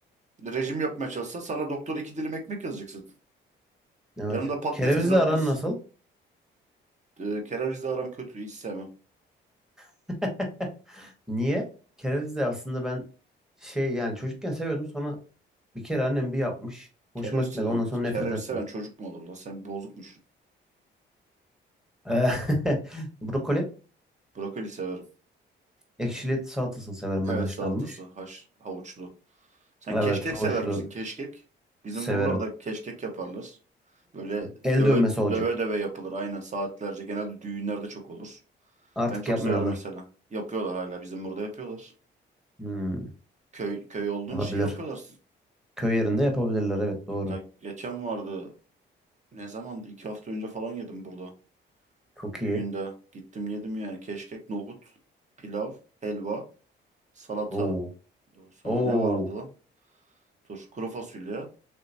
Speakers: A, on the right (about 35°); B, in the centre.
A: Rejim yapmaya çalışsa sana doktor iki dilim ekmek yazacaksın.
B: Evet.
A: Yanında patates
B: Kerevizle
A: kızartması.
B: aran nasıl?
A: Ee, kerevizle aram kötü. Hiç sevmem.
B: <laughs> Niye? Kereviz de aslında ben şey yani çocukken seviyordum sonra bir kere annem bir yapmış. Hoşuma
A: Kereviz
B: gitmedi
A: seven.
B: ondan sonra nefret
A: Kereviz
B: ettim.
A: seven çocuk mu olur lan? Sen bozukmuşsun.
B: Eh, <laughs> Brokoli
A: Brokoli severim.
B: ekşili salatasını severim
A: Evet
B: ben haşlanmış.
A: salatası. Haş, havuçlu. Sen
B: Evet
A: keşkek
B: havuçlu
A: sever misin? Keşkek. Bizim
B: severim.
A: buralarda keşkek yaparlar. Böyle
B: El
A: döve
B: dövmesi olacak.
A: döve döve yapılır. Aynen saatlerce. Genelde düğünlerde çok olur.
B: Artık
A: Ben çok
B: yapmıyorlar.
A: severim mesela. Yapıyorlar hala. Bizim burada yapıyorlar.
B: Hmm,
A: Köy köy olduğun
B: olabilir.
A: için yapıyorlar.
B: Köy yerinde yapabilirler evet doğru.
A: Yani ta- geçen vardı Ne zamandı? İki hafta önce falan yedim burada.
B: Çok
A: Düğünde.
B: iyi.
A: Gittim yedim yani. Keşkek, nohut, pilav, helva, salata.
B: Oo.
A: Sonra
B: Oo.
A: ne vardı lan? Dur. Kuru fasulye.